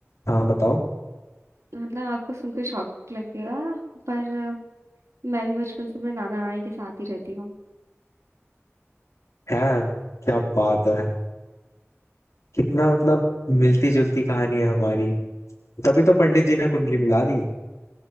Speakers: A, on the left (about 80°); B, on the right (about 80°).
A: हाँ बताओ
B: मतलब आपको सुनकर शॉक लगेगा पर मैं भी बचपन से अपने नाना नानी के साथ ही रहती हूँ
A: है क्या बात है कितना मतलब मिलती जुलती कहानी है हमारी तभी तो पंडित जी ने कुंडली मिला दी